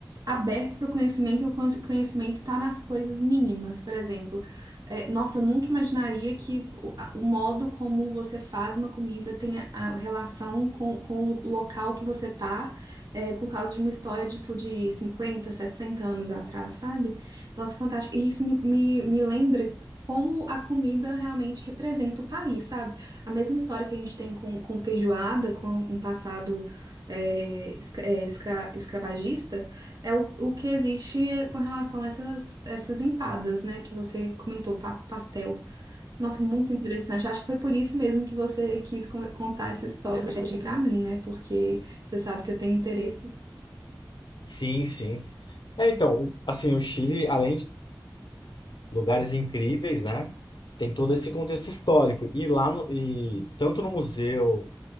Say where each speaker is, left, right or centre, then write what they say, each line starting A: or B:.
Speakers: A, on the right (about 55°); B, on the left (about 70°).
A: aberto para o conhecimento e o conhe- conhecimento tá nas coisas mínimas. Por exemplo, é, nossa, eu nunca imaginaria que o, a- o modo como você faz uma comida tenha a relação com, com o lo- local que você tá, é, por causa de uma história tipo de 50 60 anos atrás, sabe? Nossa, fantástico. E isso me, me, me lembra como a comida realmente representa o país, sabe? A mesma história que a gente tem com, com feijoada, com um passado é, escra- é, escra- escravagista, é o, o que existe com relação a essas, essas empadas, né? Que você comentou, pa- pastel. Nossa, muito interessante. Eu acho que foi por isso mesmo que você quis con- contar essa história para mim, né? Porque você sabe que eu tenho interesse.
B: Sim, sim. É, então, assim, o Chile, além de lugares incríveis, né, tem todo esse contexto histórico. E lá no, e tanto no museu